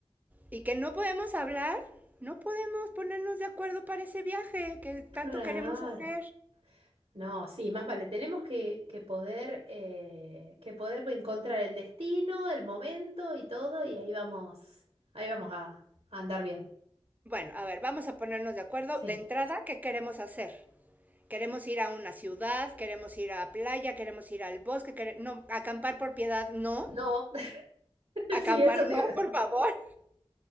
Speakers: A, on the right; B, on the right.
A: y que no podemos hablar, no podemos ponernos de acuerdo para ese viaje que tanto
B: Claro.
A: queremos hacer.
B: No, sí, más vale. Tenemos que, que poder, eh, que poder encontrar el destino, el momento y todo, y ahí vamos, ahí vamos a, a andar bien.
A: Bueno, a ver, vamos a ponernos de acuerdo
B: Sí.
A: de entrada qué queremos hacer. Queremos ir a una ciudad, queremos ir a playa, queremos ir al bosque, quere- no, acampar por piedad, no.
B: No, <laughs>
A: Acampar
B: sí, eso te
A: no,
B: iba a decir.
A: por favor.